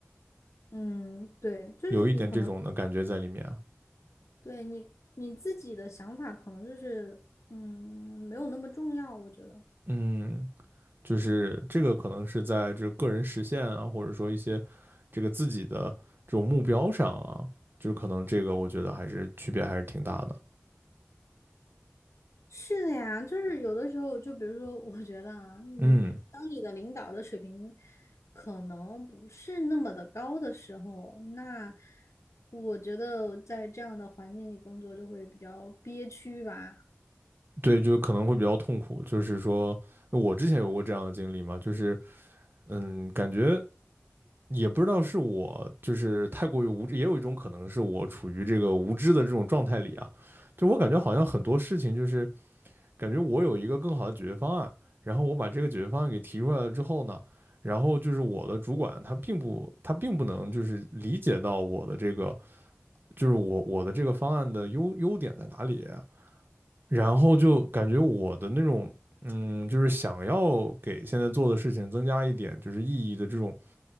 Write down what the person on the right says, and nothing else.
有一点这种的感觉在里面啊。
嗯，就是这个可能是在这个个人实现啊，或者说一些这个自己的这种目标上啊，就是可能这个我觉得还是区别还是挺大的。
嗯，
对，就可能会比较痛苦。就是说我之前有过这样的经历嘛，就是嗯，感觉也不知道是我就是太过于无知，也有一种可能是我处于这个无知的这种状态里啊，就我感觉好像很多事情就是。感觉我有一个更好的解决方案，然后我把这个解决方案给提出来了之后呢，然后就是我的主管他并不他并不能就是理解到我的这个就是我我的这个方案的优优点在哪里啊，然后就感觉我的那种嗯就是想要给现在做的事情增加一点就是意义的这种。